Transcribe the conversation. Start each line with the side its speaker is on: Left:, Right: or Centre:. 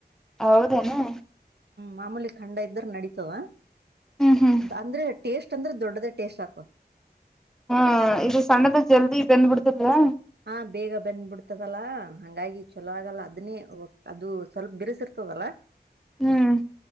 Centre: ಹೌದೇನಾ.
Right: ಮಾಮೂಲಿ ಖಂಡ ಇದ್ರ ನಡತವ.
Centre: ಹ್ಮ್ ಹ್ಮ್
Right: ಅಂದ್ರೆ ಟೇಸ್ಟ್ ಅಂದ್ರೆ ದೊಡ್ಡದೇ ಟೇಸ್ಟ್ ಆತ.
Centre: ಹ ಇದು ಸಣ್ಣದ ಜಲ್ದಿ ಬೆಂದ್ ಬಿಡ್ತದವಾ.
Right: ಹ ಬೇಗ ಬೆಂದ್ ಬಿಡ್ತದಲ್ಲಾ ಹಂಗಾಗಿ ಚೊಲೋ ಆಗಲ್ಲ ಅದನ್ನೇ ಅದು ಸ್ವಲ್ಪ ಬಿರ್ಸಿರ್ತದಲ್ಲ.
Centre: ಹ್ಮ್